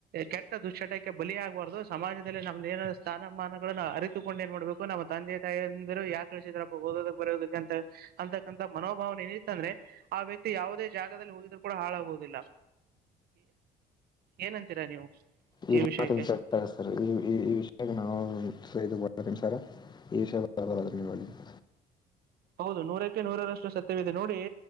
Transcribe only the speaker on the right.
ಕೆಟ್ಟ ದುಶ್ಚಟಕ್ ಬಲಿಆಗ್ಬಾರ್ದು ಸಮಾಜದಲ್ಲಿ ನಮ್ದ ಏನಾದ ಸ್ಥಾನಮಾನಗಳನ್ನ ಅರಿತುಕೊಂಡು ಏನ್ ಮಾಡ್ಬೇಕು ನಮ್ಮ ತಂದೆ ತಾಯಿಂದಿರು ಯಾಕೆ ಕಳ್ಸಿದ್ರಪ್ಪ ಓದದಕ್ ಬರೆಯೋದಕ್ಕೆ ಅಂತ ಅಂತಕ್ಕಂತ ಮನೋಭಾವನೆ ಏನಿತ್ತಂದ್ರೆ ಆ ವ್ಯಕ್ತಿ ಯಾವುದೇ ಜಾಗದಲ್ಲಿ ಹೋಗಿದ್ರು ಕೂಡ ಹಾಳಾಗುವುದಿಲ್ಲ ಏನಂತೀರಾ ನೀವು
ಈ ವಿಷಯಕ್ಕೆ
ಹೌದು ನೂರಕ್ಕೆ ನೂರರಷ್ ಸತ್ಯವಿದೆ ನೋಡಿ.